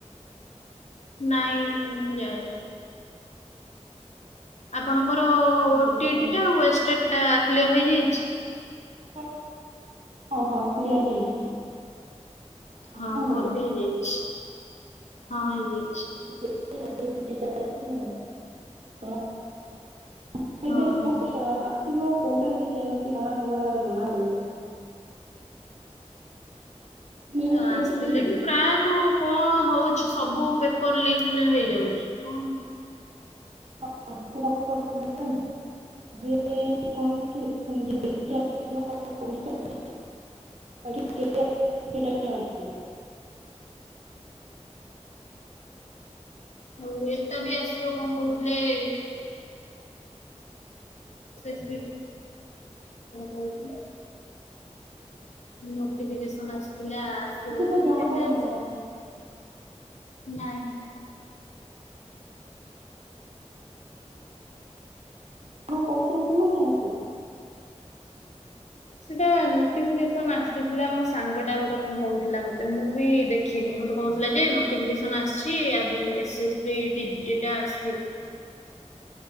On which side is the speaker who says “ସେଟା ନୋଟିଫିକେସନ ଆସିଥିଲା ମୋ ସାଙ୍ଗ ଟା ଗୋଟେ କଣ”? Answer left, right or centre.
Left